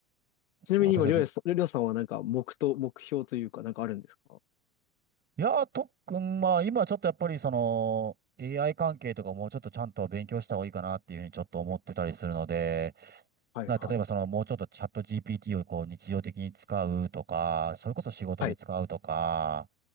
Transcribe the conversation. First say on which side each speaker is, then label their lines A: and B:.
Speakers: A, on the left; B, on the right.
A: ちなみに今、
B: 私はぜ
A: りょうやさん、りょうさんはなんか目と、目標というか、なんかあるんですか
B: いやー、とっくん、まあ、今ちょっとやっぱりその、AI 関係とかもうちょっとちゃんと勉強した方がいいかなっていうふうにちょっと思ってたりするので、
A: はいはい。
B: な例えばその、もうちょっとチャット GPT をこう日常的に使うとか、それこそ仕事で使うとか、
A: はい。